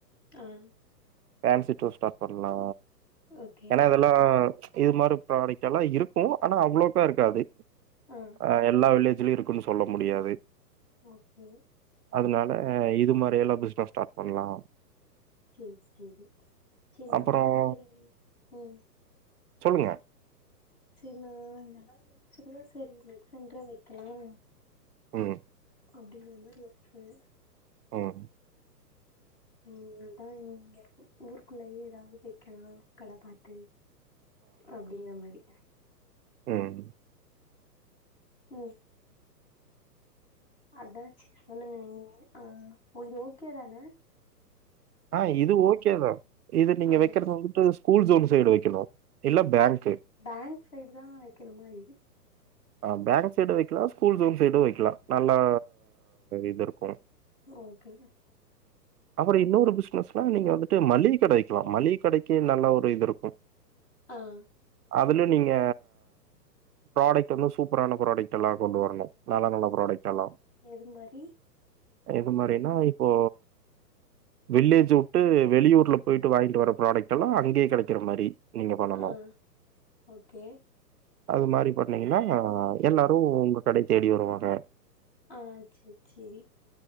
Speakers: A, on the left; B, on the right.
A: ஆஹ்
B: பேன்சி ஸ்டோர் ஸ்டார்ட் பண்ணலா
A: ஓகே
B: ஏன்னா இதெல்லா ச்சு இது மாதிரி ப்ராடக்ட் எல்லா இருக்கும் ஆனா அவ்ளோக்கா இருக்காது
A: ஆ
B: ஆஹ் எல்லா வில்லேஜ் இதுலையு இருக்குன்னு சொல்ல முடியாது
A: ஓகே
B: அதனால இது மாதிரி எல்லா பிசினஸ் ஸ்டார்ட் பண்ணலா
A: செரி செரி செரி நானா
B: அப்புறம்
A: செரி உம்
B: சொல்லுங்க
A: செரினா இதெல்லா யோசிச்சுட்டுதான் செரி நெட் சென்டரே வைக்கலா
B: உஹம்
A: அப்படிங்கற மாதிரி யோச்ச
B: உம்
A: உஹம் அதான் இங்க ஊருக்குள்ளயே ஏதாவது வைக்கலா கட பாத்து அப்படிங்கற மாரி
B: உஹம்
A: ம் அதான் செரி சொல்லுங்க நீங்க ஆஹ் உங்களுக்கு ஓகே தான
B: ஆஹ் இது ஓகேதான் இது நீங்க
A: ஆ
B: வைக்கறது வந்துட்டு ஸ்கூல் சோன் சைடு வைக்கணும் இல்ல பேங்க்
A: பேங்க் சைடு் தான் வைக்கிற மாரி
B: ஆ பேங்க் சைடு வைக்கலா ஸ்கூல் ஜோன் சைடு வைக்கலா நல்லா இது இருக்கும்
A: ஓகேங்க
B: அப்றோ இன்னொரு பிஸ்னஸ்னா நீங்க வந்துட்டு மள்ளிக கட வெக்லா மள்ளிக கடைக்கு நல்லா ஒரு இது இருக்கு
A: ஆஹ்
B: அதுல நீங்க ப்ராடக்ட் டன்னா சூப்பரான புராடக்ட்டல்லா கொண்டு வரனு நல்ல நல்ல புரோடக்ட அல்லா
A: எது மாரி
B: எது மாரினா இப்போ வில்லேஜ் வுட்டு வெளியூர்ல போயிட்டு வாங்கிட்டு வர ப்ராடக்ட் எல்லா அங்கே கெடைகற மாரி நீங்க பண்ணணும்.
A: ஆஹ் ஓகே
B: அது மாரி பண் பண்ணீங்கன்னா எல்லாரு உங்க கடய தேடி வருவாங்க
A: ஆஹ் செர் சேரி